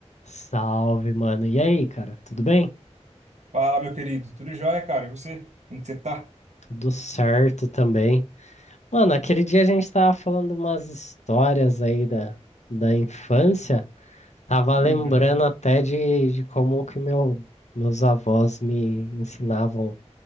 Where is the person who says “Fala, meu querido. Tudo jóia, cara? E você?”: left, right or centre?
Right